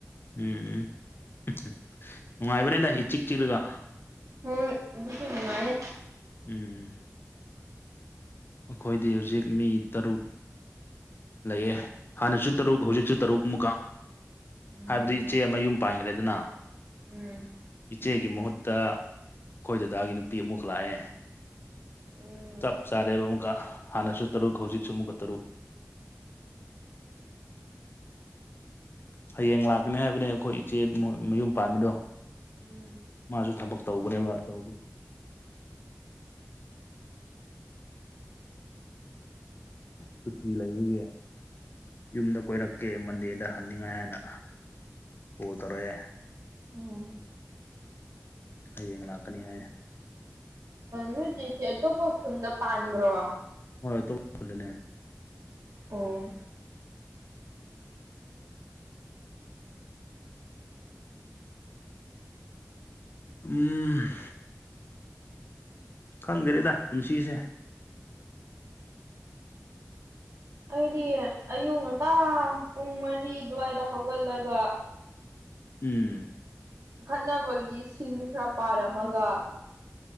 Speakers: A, on the left (about 40°); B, on the right (about 80°).
A: ꯎꯝ ꯎꯝ ꯅꯨꯡꯉꯥꯏꯕꯅꯦꯗ ꯏꯆꯤꯛ ꯆꯤꯛꯂꯒ
B: ꯍꯣꯏ ꯑꯗꯨꯁꯨ ꯅꯨꯡꯉꯥꯏꯌꯦ꯫
A: ꯎꯝ꯫ ꯑꯩꯈꯣꯏꯗꯤ ꯍꯧꯖꯤꯛ ꯃꯤ ꯇꯔꯨꯛ꯫ ꯂꯩꯌꯦ ꯍꯥꯟꯅꯁꯨ ꯇꯔꯨꯛ ꯍꯧꯖꯤꯛꯁꯨ ꯇꯔꯨꯛ ꯑꯃꯨꯛꯀ꯫
B: ꯎꯝ
A: ꯍꯥꯏꯕꯗꯤ ꯏꯆꯦ ꯑꯃ ꯌꯨꯝ ꯄꯥꯟꯒ꯭ꯔꯦꯗꯅ
B: ꯎꯝ꯫
A: ꯏꯆꯦꯒꯤ ꯃꯍꯨꯠꯇ ꯑꯩꯈꯣꯏ ꯗꯗꯥꯒꯤ ꯅꯨꯄꯤ ꯑꯃꯨꯛ ꯂꯥꯛꯑꯦ
B: ꯎꯝ
A: ꯆꯞ ꯆꯥꯔꯦꯕ ꯑꯃꯨꯛꯀ ꯍꯥꯟꯅꯁꯨ ꯇꯔꯨꯛ ꯍꯧꯖꯤꯛꯁꯨ ꯑꯃꯨꯛꯀ ꯇꯔꯨꯛ꯫ <inaudible> ꯍꯌꯦꯡ ꯂꯥꯛꯀꯅꯤ ꯍꯥꯏꯕꯅꯦ ꯑꯩꯈꯣꯏ ꯏꯆꯦ ꯃꯌꯨꯝ ꯄꯥꯟꯕꯗꯣ꯫
B: ꯎꯝ
A: ꯃꯥꯁꯨ ꯊꯕꯛ ꯇꯧꯕꯅꯦꯕ ꯇꯧꯕꯒꯤ ꯁꯨꯇꯤ ꯂꯩꯕꯒꯤ꯫ ꯌꯨꯝꯗ ꯀꯣꯏꯔꯛꯀꯦ ꯃꯟꯗꯦꯗ ꯍꯟꯅꯤꯡꯉꯥꯏ ꯍꯥꯏꯅ ꯀꯣꯜ ꯇꯧꯔꯥꯛꯑꯦ
B: ꯎꯝ
A: ꯍꯌꯦꯡ ꯂꯥꯛꯀꯅꯤ ꯍꯥꯏ
B: ꯅꯣꯏ ꯆꯦꯁꯤ ꯑꯇꯣꯞꯄ ꯈꯨꯟꯗ ꯄꯥꯟꯕ꯭ꯔꯣ
A: ꯍꯣꯏ ꯑꯇꯣꯞꯄ ꯈꯨꯟꯗꯅꯦ꯫
B: ꯑꯣ꯫
A: ꯎꯝ꯫ ꯈꯪꯗꯔꯦꯗ ꯄꯨꯟꯁꯤꯁꯦ꯫
B: ꯑꯩꯗꯤ ꯑꯌꯨꯛ ꯉꯟꯇꯥ ꯄꯨꯡ ꯃꯔꯤ ꯑꯗꯨꯋꯥꯏꯗ ꯍꯧꯒꯠꯂꯒ꯫
A: ꯎꯝ꯫
B: ꯈꯠꯅꯕꯒꯤ ꯁꯤꯟ ꯈꯔ ꯄꯥꯔꯝꯃꯒ